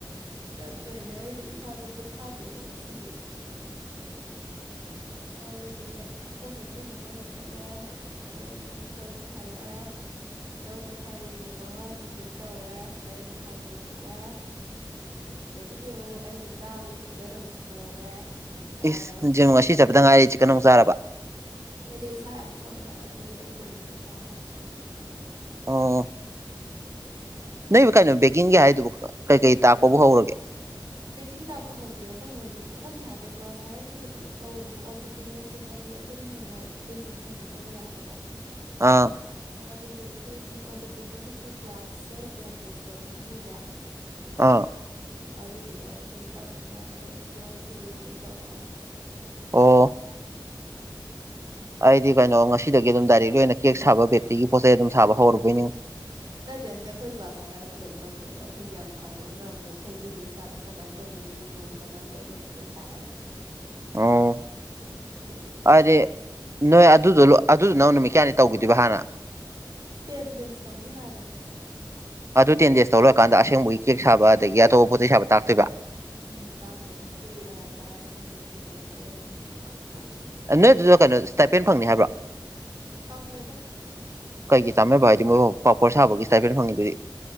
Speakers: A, on the right (about 60°); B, on the right (about 35°).
A: ꯆꯠꯇꯣꯏꯅꯦ ꯑꯩꯗꯣ ꯏꯁꯥꯗꯣ ꯄꯣꯊꯥꯗ꯭ꯔꯦꯕ ꯉꯩꯁ ꯁꯤꯒꯤ
B: <inaudible>
A: ꯑꯗꯨꯗꯨꯒ ꯐꯣꯔ ꯐꯣꯔꯇꯤ ꯅꯝꯗꯕ ꯆꯠꯂꯦ ꯑꯗꯨꯒ ꯄꯨꯡ ꯇꯔꯨꯛꯇ ꯍꯜꯂꯛꯑꯦ ꯇꯔꯨꯛ ꯃꯈꯥꯏꯗ ꯌꯦꯡꯉꯨꯒ ꯑꯉꯥꯡ ꯇꯨꯏꯁꯟ ꯇꯧꯔꯦ ꯇꯔꯦꯠ ꯃꯈꯥꯏꯗ ꯂꯣꯏꯁꯤꯜꯂꯦ ꯑꯗꯒꯤꯗꯤ ꯑꯃꯨꯛ ꯑꯩꯒꯤ ꯆꯥꯕꯒꯤ ꯆꯤꯛꯀꯗ ꯑꯃꯨꯛ ꯊꯣꯡꯉꯦ ꯑꯃꯨꯛ ꯆꯥꯔꯦ
B: ꯏꯁ
A: ꯑꯗꯨꯒ
B: ꯉꯁꯤ
A: ꯍꯤꯞꯄꯤ
B: ꯆꯠꯄꯗ ꯉꯥꯏꯔꯤꯁꯤꯦ ꯀꯩꯅꯣꯝ ꯆꯥꯔꯕ
A: ꯑꯩꯗꯣ ꯏꯁꯥ ꯌꯥꯝ ꯁꯣꯟꯕ ꯑꯗꯨꯒꯤ ꯑꯩ ꯇ꯭ꯔꯦꯅꯔꯗ ꯆꯥꯎ ꯍꯥꯏꯔꯛꯄ
B: ꯑ ꯅꯣꯏꯕ ꯀꯩꯅꯣ ꯕꯦꯀꯤꯡꯒꯤ ꯍꯥꯏꯗꯨꯕꯨ ꯀꯩ ꯀꯔꯤ ꯇꯥꯛꯄꯕꯨ ꯍꯧꯔꯒꯦ
A: ꯕꯦꯀꯤꯡ ꯇꯥꯛꯄ ꯍꯧꯗ꯭ꯔꯦ ꯑꯩꯈꯣꯏ ꯍꯧꯖꯤꯛ ꯁꯝꯅ ꯍꯥꯏꯔꯕꯗ ꯀ꯭ꯂꯥꯁ ꯍꯥꯏꯔꯒ ꯑꯩꯈꯣꯏꯁꯦ ꯄꯨꯂꯞ ꯂꯧꯋꯦꯕꯀꯣ ꯑꯣꯟꯇꯔꯄ꯭ꯔꯤꯅꯔꯁꯤꯞ ꯍꯥꯏꯗꯤ ꯗꯤ ꯑꯩꯈꯣꯏꯅ ꯍꯌꯦꯡꯋꯥꯏ ꯕꯤꯖꯤꯅꯦꯁ ꯍꯧꯗꯣꯛꯆꯕ ꯌꯥꯅꯕ
B: ꯑꯥ
A: ꯑꯗꯨꯒꯤ ꯑꯩꯈꯣꯏꯒꯤ ꯑꯣꯟꯇꯔꯄ꯭ꯔꯤꯅꯔꯁꯤꯞꯀꯤ ꯀ꯭ꯂꯥꯁꯁꯦ ꯇꯦꯟ ꯗꯦꯖ ꯇꯧꯈꯤꯅꯦꯕ
B: ꯑꯥ
A: ꯑꯗꯨꯗꯨꯒ ꯑꯩꯈꯣꯏ ꯇꯞ ꯇꯞꯅ ꯄ꯭ꯔꯦꯛꯇꯤꯀꯦꯜ ꯊꯤꯑꯣꯣꯔꯤ ꯂꯣꯏ ꯇꯧꯔꯛꯑꯅꯤ
B: ꯑꯣ ꯑꯩꯗꯤ ꯀꯩꯅꯣ ꯉꯁꯤꯗꯒꯤ ꯑꯗꯨꯝ ꯗꯥꯏꯔꯦꯛꯂꯤ ꯑꯣꯏꯅ ꯀꯦꯛ ꯁꯥꯕ ꯕꯦꯇ꯭ꯔꯤꯒꯤ ꯄꯣꯠ ꯆꯩꯩ ꯑꯗꯨꯝ ꯁꯥꯕ ꯍꯧꯔꯨꯕꯣꯏꯅꯤ
A: ꯅꯠꯇꯦ ꯅꯠꯇꯦ ꯑꯩꯈꯣꯏ ꯀ꯭ꯂꯥꯁ ꯍꯥꯏꯔꯒ ꯑꯗꯨꯗꯪ ꯇꯧꯗꯦꯕ ꯑꯩꯈꯣꯏꯒꯤ ꯌꯥꯝ ꯐꯕ ꯑꯃꯨꯛ ꯑꯩꯈꯣꯏ ꯕꯤꯖꯤꯅꯦꯁ ꯏꯁꯇꯥꯔꯠ ꯑꯞ ꯀꯃꯥꯏꯅ ꯇꯧꯒꯦ ꯇꯒꯅꯤ ꯂꯣꯟ ꯀꯃꯥꯏꯅ ꯂꯧꯒꯅꯤ ꯂꯣꯏ ꯇꯥꯛꯑꯦꯕ
B: ꯑꯣ
A: ꯑꯗꯨꯒꯤ
B: ꯑꯗꯨꯗꯤ ꯅꯣꯏ ꯑꯗꯨꯗ ꯂ ꯑꯗꯨꯗꯨꯅꯪ ꯅꯨꯃꯤꯠ ꯀꯌꯥꯅꯤ ꯇꯧꯈꯤꯗꯣꯏꯕ ꯍꯥꯟꯅ
A: ꯇꯦꯟ ꯗꯦꯁ ꯇꯧꯅꯤ ꯍꯥꯏꯕꯅꯦ
B: ꯑꯗꯨ ꯇꯦꯟ ꯗꯦꯖ ꯇ ꯂꯔꯑꯀꯥꯟꯗ ꯑꯁꯦꯡꯕꯒꯤ ꯀꯦꯛ ꯁꯥꯕ ꯑꯗꯒꯤ ꯑꯇꯣꯞꯄ ꯄꯣꯠ ꯆꯩ ꯁꯥꯕ ꯇꯥꯛꯇꯣꯏꯕ
A: ꯎꯝ ꯇꯥꯛꯇꯣꯏꯅꯦ ꯊꯤꯑꯣꯣꯔꯤꯗ ꯍꯥꯟꯅ ꯇꯥꯛꯑꯅꯤ ꯑꯗꯨꯒ ꯑꯩꯈꯣꯏ ꯄ꯭ꯔꯦꯛꯇꯤꯀꯦꯜꯗ ꯑꯃꯨꯛ ꯇꯧꯗꯣꯏꯅꯤ
B: ꯅꯣꯏ ꯑꯗꯨꯗ ꯀꯩꯅꯣ ꯁꯇꯥꯏꯄꯦꯟ ꯐꯪꯅꯤ ꯍꯥꯏꯕ꯭ꯔꯥ
A: ꯐꯪꯉꯣꯏꯗ
B: ꯀꯩꯒꯤ ꯆꯥꯃꯦꯕ ꯍꯥꯏꯗꯤ ꯃꯣꯏ ꯄꯥꯄꯣꯔ ꯁꯥꯕꯒꯤ ꯁꯇꯥꯏꯐꯦ ꯐꯪꯉꯤꯗꯨꯗꯤ